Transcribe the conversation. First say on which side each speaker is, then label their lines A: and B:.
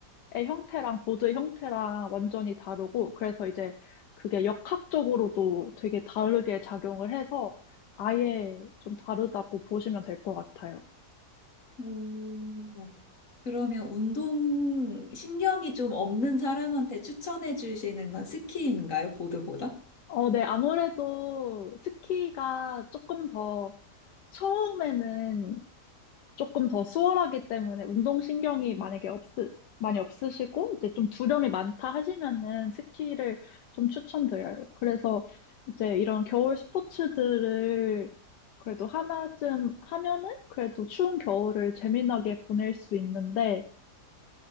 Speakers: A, on the left (about 80°); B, on the left (about 50°).
A: 형태랑 보드의 형태랑 완전히 다르고 그래서 이제 그게 역학적으로도 되게 다르게 작용을 해서 아예 좀 다르다고 보시면 될 것 같아요.
B: 오 그러면 운동 신경이 좀 없는 사람한테 추천해 주시는 건 스키인가요? 보드보다?
A: 어, 네, 아무래도 스키가 조금 더 처음에는 조금 더 수월하기 때문에 운동신경이 만약에 없, 많이 없으시고, 이제 좀 두려움이 많다 하시면은 스키를 좀 추천드려요. 그래서 이제 이런 겨울 스포츠들을 그래도 하나쯤 하면은 그래도 추운 겨울을 재미나게 보낼 수 있는데,